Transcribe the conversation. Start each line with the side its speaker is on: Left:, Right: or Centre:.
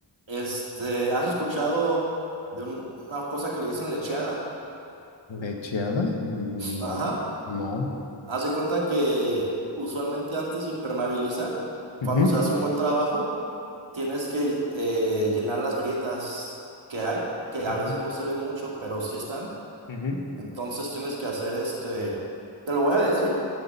Right: Este, ¿has escuchado de un- una cosa que le dicen lecheada?
Left: ¿Lecheada? No,
Right: Ajá.
Left: no.
Right: Haz de cuenta que usualmente antes de impermeabilizar,
Left: Ujú,
Right: cuando se hace un buen trabajo, tienes que eh, llenar las grietas que hay, que
Left: ujú,
Right: a veces no se ven mucho, pero sí están.
Left: ujú,
Right: Entonces tienes que hacer este, te lo voy a decir,